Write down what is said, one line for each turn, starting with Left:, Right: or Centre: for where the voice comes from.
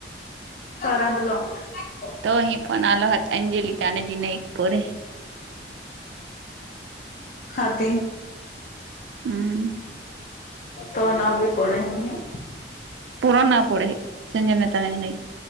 Left: कर आण धलाव
Right: तो ही फोन आलो होत अंजली तानाजी नाईकपुरे
Left: खात
Right: हम्म
Left: त नाव भी पढे नाही
Right: पुरो ना पुढे संजय नताना नाही